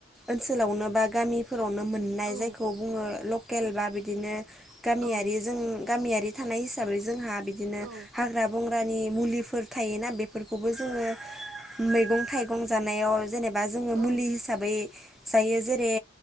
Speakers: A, in the centre; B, on the right.
A: ओनसोलावनो बा गामिफोरावनो मोननाय
B: औ
A: जायखौ बुङो लकेल बा बिदिनो। गामियारि
B: औ
A: जों गामियारि थानाय हिसाबै जोंहा बिदिनो
B: औ
A: हाग्रा बं ग्रानि मुलिफोर थायोना बेफोरखौबो जोङो मैगं थाइगं जानायाव जेने बा जोङो
B: औ
A: मुलि हिसाबै जायो जेरै